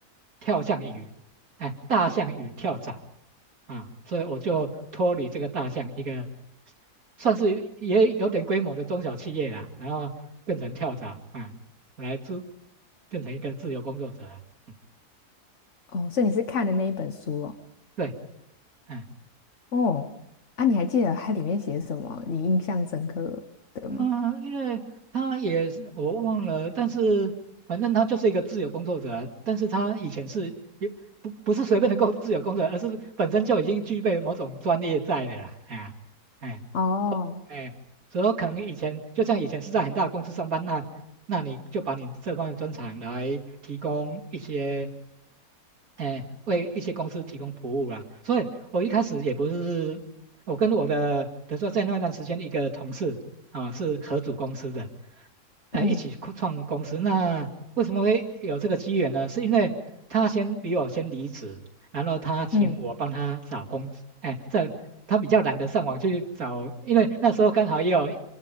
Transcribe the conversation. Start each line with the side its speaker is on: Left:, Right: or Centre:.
Right: 《跳象与哎大象与跳蚤》啊，所以我就脱离这个大象一个算是也有点规模的中小企业啦，然后变成跳蚤啊，来自变成一个自由工作者啊，嗯
Left: 哦，所以你是看的那一本书哦，
Right: 对，嗯。
Left: 哦，啊，你还记得它里面写什么？你印象深刻的吗？
Right: 嗯，因为他也是我忘了，但是反正他就是一个自由工作者啊但是他以前是也不不是随便的工 <laughs> 自由工作者，而是本身就已经具备某种专业在的啦。哎呀哎
Left: 哦，
Right: 哎，所以可能以前就像以前是在很大的公司上班，那那你就把你这方面专长来提供一些哎，为一些公司提供服务啊。所以我一开始也不是，我跟我的，比如说在那段时间一个同事啊，是合组公司的，哎，
Left: 嗯
Right: 一起扩创公司。那为什么会有这个机缘呢？是因为他先比我先离职，然后他请我帮他找工，
Left: 嗯
Right: 哎，这他比较懒得上网去找，因为那时候刚好也有